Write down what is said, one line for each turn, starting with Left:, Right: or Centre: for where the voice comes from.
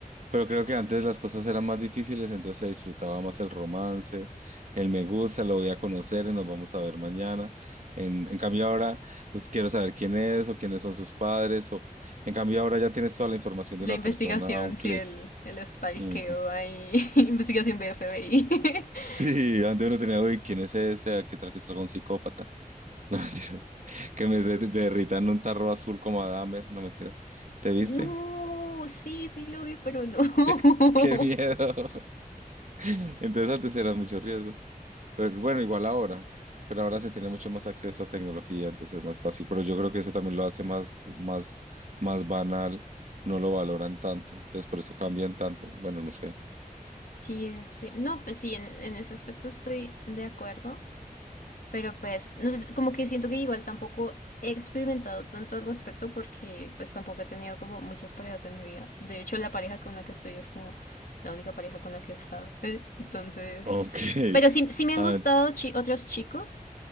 Right: Pero creo que antes las cosas eran más difíciles, entonces se disfrutaba más el romance, el me gusta, lo voy a conocer y nos vamos a ver mañana. En, en cambio ahora, pues quiero saber quién es o quiénes son sus padres. O, en cambio ahora ya tienes toda la información
Left: La
Right: de una
Left: investigación,
Right: persona a un clic.
Left: sí, el, el stalkeo
Right: Ujú.
Left: ahí, <laughs> investigación de FBI. <laughs>
Right: Sí, antes uno tenía, uy, ¿quién es este? Ah, ¿Qué tal que es algún psicópata? <laughs> No, mentiras. Que me de- derrita en un tarro azul como a Dahmer, no mentiras. ¿Te viste?
Left: No, sí, sí lo vi, pero no. <laughs>
Right: <laughs> ¡Qué miedo! <laughs> Entonces antes eran muchos riesgos, pero bueno, igual ahora, pero ahora se tiene mucho más acceso a tecnología, entonces es más fácil, pero yo creo que eso también lo hace más, más, más banal, no lo valoran tanto, entonces por eso cambian tanto, bueno, no sé. <laughs>
Left: Sí, estoy- no, pues sí, en, en ese aspecto estoy de acuerdo, pero pues, no sé, como que siento que igual tampoco he experimentado tanto al respecto porque pues tampoco he tenido como muchas parejas en mi vida. De hecho, la pareja con la que estoy es como la única pareja con la que he estado. <laughs> Entonces,
Right: Ok,
Left: pero sí, sí me han
Right: ah,
Left: gustado chi- otros chicos.